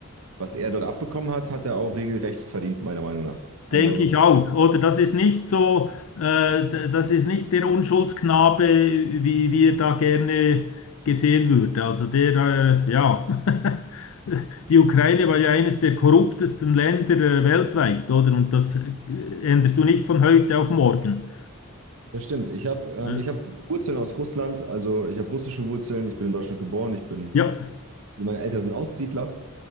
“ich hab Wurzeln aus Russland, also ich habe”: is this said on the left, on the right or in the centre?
Right